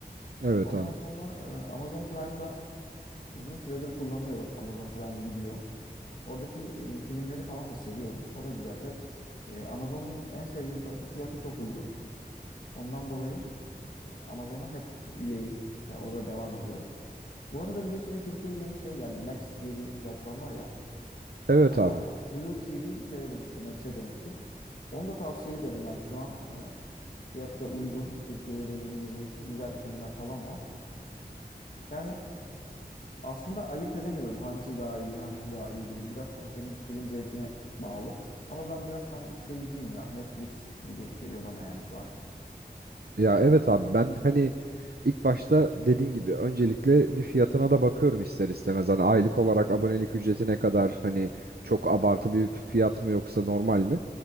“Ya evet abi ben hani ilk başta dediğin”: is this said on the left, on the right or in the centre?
Right